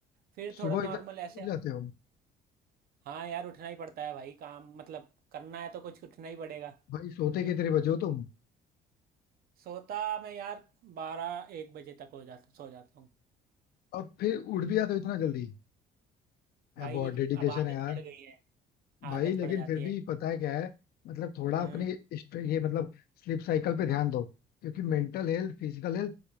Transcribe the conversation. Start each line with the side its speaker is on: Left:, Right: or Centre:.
Right: फिर
Left: सुबह
Right: थोड़ा नॉर्मल
Left: इतना जल्दी
Right: ऐसे
Left: उठ जाते हो
Right: हाँ यार उठना ही पड़ता है भाई काम मतलब करना है तो कुछ उठना ही पड़ेगा
Left: भाई सोते कितने बजे हो तुम
Right: सोता मैं यार बारह एक बजे तक हो जाता सो जाता हूँ
Left: और फिर उठ भी जाते हो इतना जल्दी यार
Right: भाई
Left: बहुत डेडिकेशन
Right: अब आदत
Left: है यार
Right: पड़ गई है
Left: भाई
Right: आदत
Left: लेकिन
Right: पड़ जाती
Left: फिर भी
Right: है
Left: पता है क्या है मतलब थोड़ा
Right: हम्म
Left: अपने स्ट्रे- ये मतलब स्लीप साइकिल पे ध्यान दो क्योंकि मेंटल हेल्थ फिजिकल हेल्थ